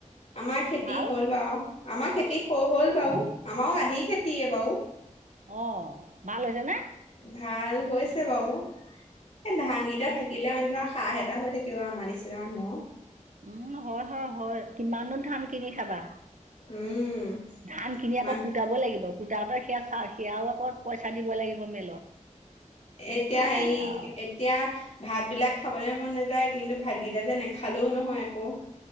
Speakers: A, on the left; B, on the right.
A: আমাৰ খেতি
B: ভাল
A: হ'ল বাও আমাৰ খেতি হৈ গল বাও আমাৰও আধি খেতিয়ে বাও
B: অ ভাল হৈছে নে?
A: ভাল হৈছে বাও এই ধান কেইটা থাকিলে আউ হাঁহ এটা হৈ থাকিব আমাৰ নিচিনা মানুহ
B: উম হয় হয় হয় কিমাননো ধান কিনি খাবা
A: উম,
B: ধান কিনি
A: মান
B: আকৌ কুটাব লাগিব কু তাওঁতে সেয়া চা সেয়াও আকৌ পইচা দিব লাগিব মেলত
A: এতিয়া
B: উপায়
A: হেই
B: নাই আৰু
A: এত তিয়া ভাতবিলাক খাবলৈ মন নাযায় কিন্তু ভাতকেইটা যে নেখালও নহয় আকৌ